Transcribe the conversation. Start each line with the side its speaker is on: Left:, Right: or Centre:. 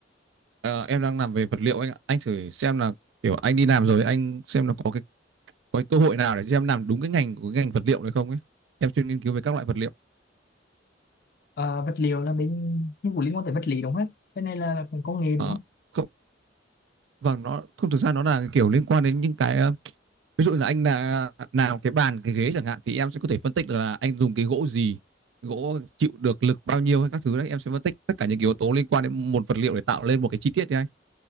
Right: Ờ, em đang làm về vật liệu anh ạ anh thử xem là kiểu anh đi làm rồi anh xem là có cái có cái cơ hội nào để cho em làm đúng cái ngành của cái ngành vật liệu này không ấy em chuyên nghiên cứu về các loại vật liệu
Left: ờ, vật liệu là bên nhưng cũng liên quan tới vật lý đúng không cái này là công nghệ đúng
Right: Ờ,
Left: không
Right: không vâng nó không thực ra nó là kiểu liên quan đến những cái ờ, ví dụ là anh là nào cái bàn cái ghế chẳng hạn thì em sẽ có thể phân tích được là anh dùng cái gỗ gì gỗ chịu được lực bao nhiêu hay các thứ đấy em sẽ phân tích tất cả những cái yếu tố liên quan đến một vật liệu để tạo lên một cái chi tiết đấy anh